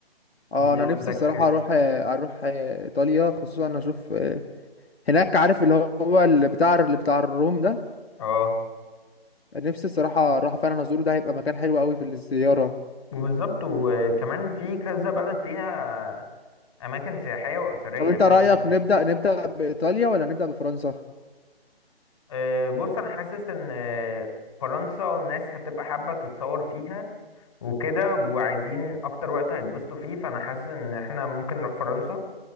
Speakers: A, on the left; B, on the left.
A: اه
B: دي
A: انا
B: عندك
A: نفسي الصراحه
B: اه
A: اروح آه، اروح آه، ايطاليا خصوصا انا اشوف آه، هناك عارف اللي هو اللي بتاع اللي بتاع الروم ده
B: آه.
A: نفسي الصراحه اروح فعلا ازوره ده هيبقى مكان حلو قوي في الزياره
B: وبالظبط وكمان في كذا بلد فيها اماكن سياحية واثرية
A: طب انت
B: ميلان
A: رايك نبدا نبدا بايطاليا ولا نبدا بفرنسا
B: آه، بص انا حاسس ان آه، فرنسا الناس هتبقى حابة تتصور فيها وكده وعايزين اكتر وقت هيتبسطوا فيه فانا حاسس ان احنا ممكن نروح فرنسا